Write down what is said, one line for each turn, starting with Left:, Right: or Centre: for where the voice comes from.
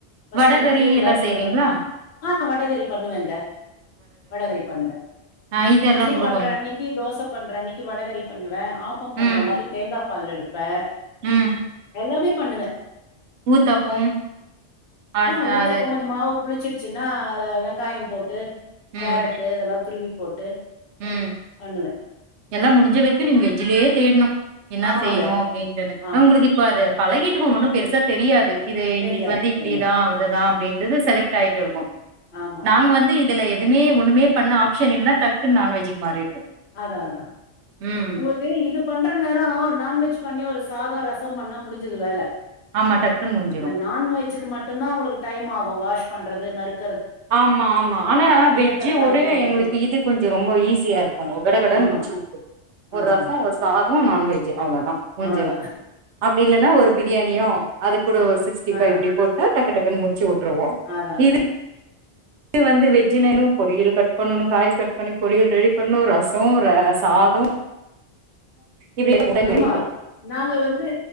Left: ஃபஸ்ட்
Right: வடகறி
Left: முந்திரி திராட்ச
Right: எல்லா செய்வீங்களா
Left: வ ஆ நா வடகறி பண்ணுவேங்க வடகறி பண்ணுவே
Right: ஆ இதெல்லா
Left: இட்லி
Right: கூட
Left: பண்ற
Right: கொஞ்சோ
Left: அன்னைக்கு தோச பண்ற அன்னைக்கு வடகறி பண்ணுவே ஆப்பம் பண்றன்னைக்கு
Right: ம்
Left: தேங்கா பால் எடு பே
Right: ம்
Left: எல்லாமே பண்ணுவே
Right: ஊத்தப்பம் அ
Left: ஆ ஊத்தப்போ
Right: அது
Left: கொஞ்சோ மாவு புளிச்சிடுச்சுன்னா வெங்காயம் போட்டு கேரட்டு
Right: ம்
Left: இதெல்லா துறுவி போட்டு
Right: ம்
Left: பண்ணுவே
Right: எல்லா முடிஞ்ச வரைக்கு நீங்க வெஜ்ஜிலேயே தேடணு என்னா
Left: ஆமாங்க
Right: செய்யணு அப்டிட்டு
Left: ஆமா
Right: உங்களுக்கு இப்ப அது பழகிட்டுக்கு ஒண்ணு பெருசா தெரியாதே இது இன்னைக்கு
Left: தெரியாது
Right: வந்து இப்டிதா
Left: தெரியாது
Right: இதுதா அப்டின்னு இது செலக்ட் ஆயிட்டு இருக்கு
Left: ஆமா
Right: நாங்க வந்து இதுல எதுமே ஒண்ணுமே பண்ண ஆப்ஷன் இல்ல டக்குனு நான்வெஜ்ஜீக்கு மாறிடுவோ
Left: அதா அதா
Right: ம்
Left: உங்களுக்கு இது பண்ற நேரோ நான்வெஜ் பண்ணி ஒரு சாதோ ரசோ பண்ணா முடிஞ்சுது வேல
Right: ஆமா டக்குன்னு முடிஞ்சிடு
Left: அந்த நான்வஜ்ஜுக்கு மட்டும்தா உங்களுக்கு டைம் ஆகு வாஷ் பண்றது நருக்
Right: ஆமா ஆமா ஆனா வெஜ்ஜீவோட
Left: தக்காளி பண்றது
Right: எங்களுக்கு இது கொஞ்ச ரொம்ப ஈஸியா இருக்கு ண்ணுவோ கட கடன்ன்னு
Left: ஆமா
Right: முடிச்சி வுட்ருவோ ஒரு
Left: அதா
Right: ரசோ
Left: அதா
Right: ஒரு சாதம் உ நான்வெஜ்ஜு அவ்ளோதா முஞ்சுரு
Left: அவ்ளோதா
Right: அப்டி இல்லன்னா ஒரு பிரியாணியோ அது கூட ஒரு சிக்ஸ்டி ஃபை
Left: ஆ
Right: இப்டி போட்டா டக்கு டக்குனு முடி முடிச்சு வுட்டுருவோ
Left: அதா அதா
Right: இது வந்து வெஜ்ஜுவேனு பொரியல் கட் பண்ணணு காய் கட் பண்ணி பொரியல் ரெடி பண்ணு ரசோ ர சாதோ இப்டி இருக்கு
Left: ஆமா நாங்க வந்து